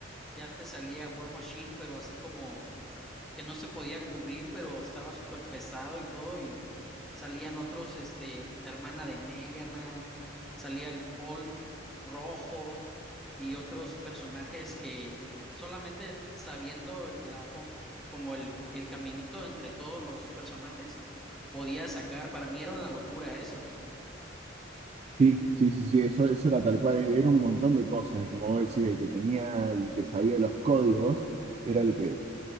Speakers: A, in the centre; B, on the right.
A: ya te salía War Machine, pero así como que no se podía cubrir, pero estaba súper pesado y todo, y salían otros, este, la hermana de Mega Man, salía el Hulk rojo y otros personajes que solamente sabiendo la, conf- como el, el caminito entre todos los personajes, podía sacar. Para mí era una locura eso.
B: Sí, sí, sí, sí, eso, eso era tal cual, era un montón de cosas, y como vos decís, el que tenía, el que sabía los códigos, era el que,